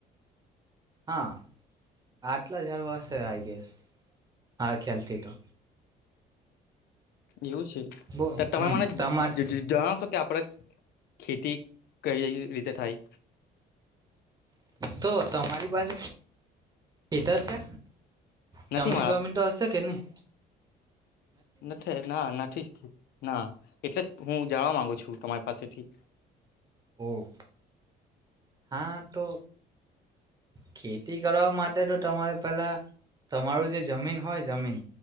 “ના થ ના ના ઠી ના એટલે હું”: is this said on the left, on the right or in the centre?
Left